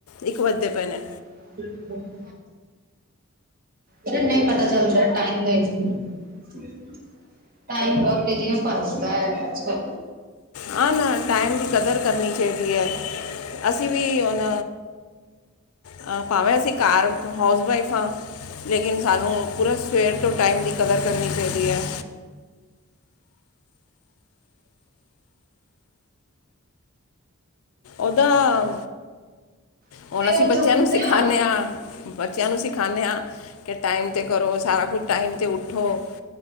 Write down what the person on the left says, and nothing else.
ਇੱਕ ਵੱਜਦੇ ਪਏ ਨੇ।
ਆਂ, ਨਾ ਟਾਈਮ ਦੀ ਕਦਰ ਕਰਨੀ ਚਾਈਦੀ ਐ। ਅਸੀਂ ਵੀ ਹੁਨ, ਅ ਭਾਵੇਂ ਅਸੀਂ ਘਾਰ ਹਾਊਸਵਾਈਫ ਆਂ, ਲੇਕਿਨ ਸਾਨੂੰ ਪੂਰਾ ਸਵੇਰ ਤੋਂ ਟਾਈਮ ਦੀ ਕਦਰ ਕਰਨੀ ਚਾਈਦੀ ਐ। ਓਦਾਂ
ਹੁਨ ਅਸੀਂ ਬੱਚੇਆਂ
ਨੂੰ ਸਿਖਾਨੇ
ਆਂ। ਬੱਚਿਆਂ ਨੂੰ ਸਿਖਾਂਣੇ ਆ, ਕਿ ਟਾਈਮ 'ਤੇ ਕਰੋ ਸਾਰਾ ਕੁਛ, ਟਾਈਮ 'ਤੇ ਉਠੋ।